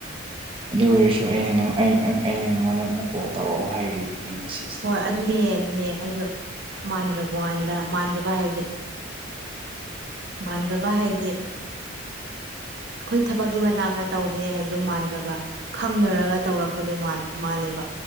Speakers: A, on the right; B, on the right.
A: ꯑꯗꯨ ꯑꯣꯏꯔꯁꯨ ꯑꯩꯅ ꯑꯩ ꯑꯩ ꯑꯩꯅ ꯅꯉꯣꯟꯗ ꯑꯃꯨꯛ ꯀꯣꯜ ꯇꯧꯔꯛꯑꯣ ꯍꯥꯏꯔꯤꯗꯤ ꯃꯦꯁꯦꯁ
B: ꯍꯣꯏ ꯑꯗꯨꯅꯦ ꯑꯗꯨꯅꯦ ꯑꯩꯁꯨ ꯃꯥꯟꯗ꯭ꯔꯥꯋꯥꯟꯗ ꯃꯥꯟꯗ꯭ꯔꯕ ꯍꯥꯏꯕꯗꯤ ꯃꯥꯟꯗ꯭ꯔꯕ ꯍꯥꯏꯗꯤ ꯑꯩꯈꯣꯏ ꯊꯕꯛꯀꯤ ꯃꯇꯥꯡꯗ ꯇꯧꯕꯅꯦ ꯍꯥꯏꯕꯗꯣ ꯃꯥꯟꯗ꯭ꯔꯕ ꯈꯪꯅꯔꯒ ꯇꯧꯔꯛꯄꯗꯣ ꯃꯥꯜ ꯃꯥꯜꯂꯦꯕ